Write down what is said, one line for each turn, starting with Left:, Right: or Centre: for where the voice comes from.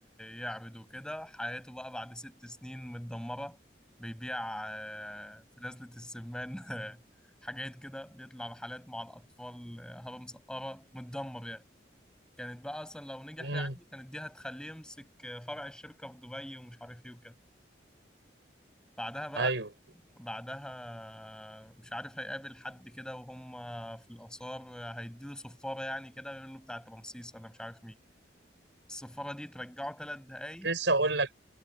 Centre: يعبد وكده حياته بقى بعد ست سنين متدمرة بيبيع آه، في نزلة السمان <laughs> حاجات كده بيطلع رحلات مع الأطفال آه، هبة مسقرة متدمر يعني كانت بقى أصلا لو نجح
Right: مم.
Centre: يعني كانت دي هتخليه يمسك آه، فرع الشركة في دبي ومش عارف إيه وكده بعدها بقى
Right: ايوه
Centre: بعدها مش عارف هيقابل حد كده وهم في الآثار هيديله صفارة يعني كده ويقول له بتاعت رمسيس ولا مش عارف مين الصفارة دي ترجعه ثلاث دقايق
Right: لسه اقول لك